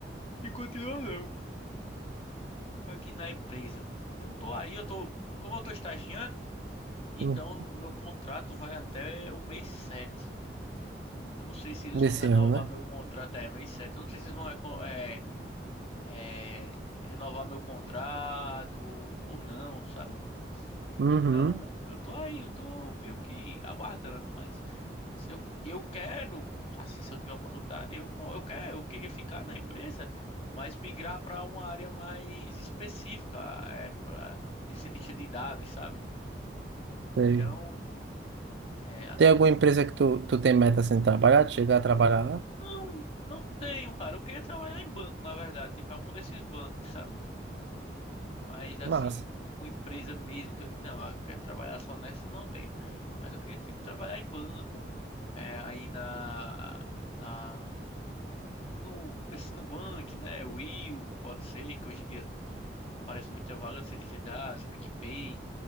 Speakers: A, on the left; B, on the right.
A: de continuar não, aqui na empresa, velho. Eu tô aí, eu tô, como eu tô estagiando, Então,
B: Hum.
A: o meu contrato vai até o mês sete Eu não sei se eles
B: Desse
A: vão renovar
B: ano, né?
A: meu contrato. É, mês sete Eu não sei se eles vão reco- é, é, renovar meu contrato ou não, sabe?
B: Uhum.
A: Então, eu tô aí, eu tô meio que aguardando, mas se eu, eu quero, assim, se eu tiver oportunidade, eu, pô, eu quero, eu queria ficar na empresa, mas migrar para uma área mais específica, é, pra- de cientista de dados, sabe? Então,
B: Sei.
A: é, assim
B: Tem alguma empresa que tu, tu tem meta assim, de trabalhar, de chegar a trabalhar lá?
A: Não, não tenho, cara. Eu queria trabalhar em banco, na verdade, tipo algum desses bancos, sabe? Mas assim,
B: Massa.
A: uma empresa mesmo que eu digo, não, ah, eu quero trabalhar só nessa, não tenho. Mas eu queria tipo trabalhar em banco, é, aí na na no nesse Nubank, né? Will, pode ser que hoje em dia parece muita vaga de ciência de dados, PicPay.